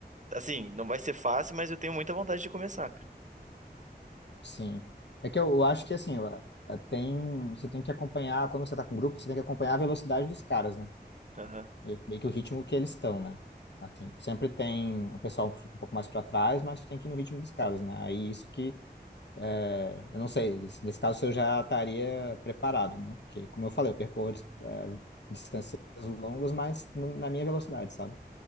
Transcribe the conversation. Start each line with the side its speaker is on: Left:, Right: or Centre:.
Right: assim, não vai ser fácil, mas eu tenho muita vontade de começar,
Left: Sim. É que eu, eu acho que assim, eu- eh, tem, você tem que acompanhar, quando você tá com grupo, você tem que acompanhar a velocidade dos caras, né?
Right: cara.
Left: E meio que o ritmo que eles estão, né? Assim, sempre tem, o pessoal fica um pouco mais para trás, mas tem que ir no ritmo dos caras, né? Aí isso que, eh, eu não sei, se nesse caso eu já estaria preparado, né? Porque, como eu falei, eu percorro, eh, distâncias longas, mas no- na minha velocidade, sabe?